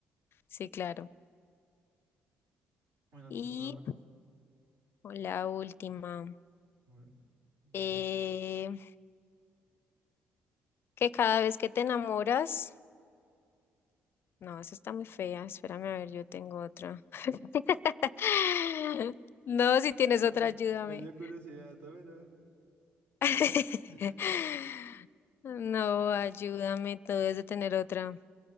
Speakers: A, on the left; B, on the right.
A: Sí, claro.
B: Bueno,
A: Y
B: te toca ver.
A: la última.
B: A ver, dale.
A: eh, Que cada vez que te enamoras, no, esa está muy fea. Espérame a ver, yo tengo otra. <laughs> No, si tienes otra,
B: Me,
A: ayúdame.
B: me dio curiosidad. A ver, a ver.
A: <laughs>
B: <laughs>
A: No, ayúdame, tú debes de tener otra.